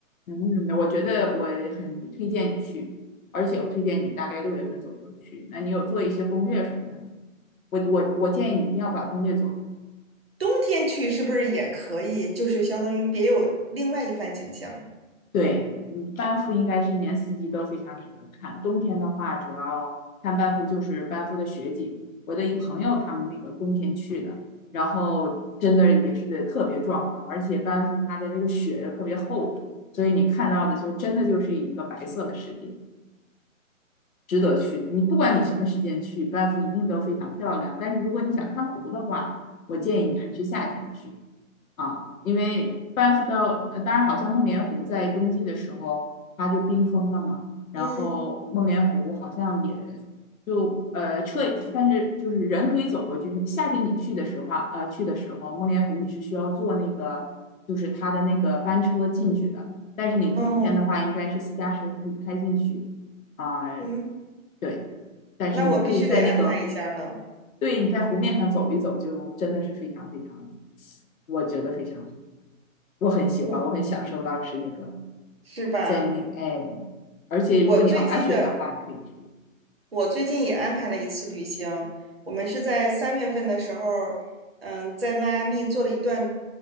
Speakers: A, on the left (about 80°); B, on the right (about 50°).
A: 嗯，我觉得我很推荐你去，而且我推荐你大概六月份左右去。那你有做一些攻略什么的吗？我我我建议你一定要把攻略做好。
B: 冬天去是不是也可以？就是相当于别有另外一番景象。
A: 对，嗯，班夫应该是一年四季都非常值得看。冬天的话，主要看班夫就是班夫的雪景。我的一朋友他们那个冬天去的，然后真的也是得特别壮观，而且班夫它的这个雪又特别厚，所以你看到的就真的就是一个白色的世界，值得去。你不管你什么时间去，
B: 啊，
A: 班夫一定都非常漂亮。但是如果你想看湖的话，我建议你还是夏天去。啊，因为班夫到，呃当然好像梦莲湖在冬季的时候它就冰封了嘛，然后梦莲湖好像也就呃车，
B: 嗯
A: 但是就是人可以走过去。夏天你去的时候啊，呃去的时候，梦莲湖你是需要坐那个就是它的那个班车进去的，但是你冬天的话应该是私家车会开进去啊，
B: 嗯嗯，
A: 对，但是你可以在那个
B: 那我必须得安排一下了，
A: 对你在湖面上走一走，就真的是非常非常，我觉得非常好。我很喜欢，
B: 我
A: 我很享受当时那个
B: 是吧？
A: 在那哎，而且如果你要滑雪的话，
B: 我最近的
A: 你可以去。
B: 我最近也安排了一次旅行，我们是在三月份的时候，嗯、在迈阿密做了一段，